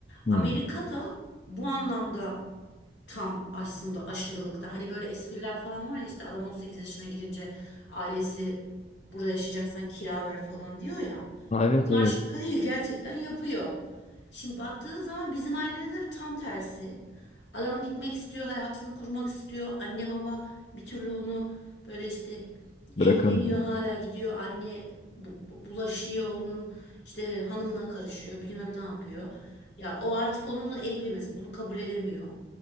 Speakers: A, on the left; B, on the left.
A: Hmm.
B: Amerika'da bu anlamda tam aslında aşırılıkta. Hani böyle espriler falan var ya işte adam 18 yaşına girince ailesi burada yaşayacaksan kira ver falan diyor ya.
A: Ha, evet
B: Bunlar
A: evet
B: şaka değil gerçekten yapıyor. Şimdi baktığın zaman bizim ailede de tam tersi. Adam gitmek istiyor, hayatını kurmak istiyor. Anne baba bir türlü onu böyle işte
A: bırakamıyor.
B: evleniyor hala gidiyor. Anne bu- bu- bulaşıyor onun işte hanımına karışıyor bilmem ne yapıyor. Ya o artık onunla evli mesela bunu kabul edemiyor.